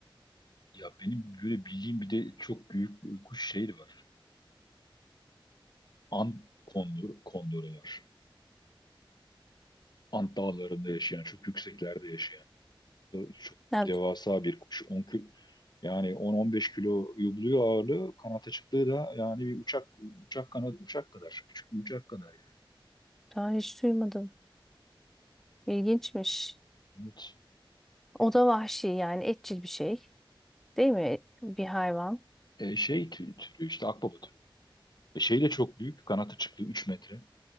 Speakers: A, on the left (about 50°); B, in the centre.
A: ya benim böyle bildiğim bir de çok büyük kuş şeyi var. An kondoru, kondoru var. Ant dağlarında yaşayan, çok yükseklerde yaşayan, çok
B: ben
A: devasa bir kuş. 10 kilo, yani 10-15 kiloyu buluyor ağırlığı. Kanat açıklığı da yani bir uçak uçak kanat uçak kadar, küçük bir uçak kadar yani.
B: daha hiç duymadım. İlginçmiş.
A: Evet.
B: O da vahşi yani etçil bir şey. Değil mi? Bir hayvan.
A: E, e, şey tü- türü işte akbaba türü. E, şey de çok büyük. Kanat açıklığı 3 metre.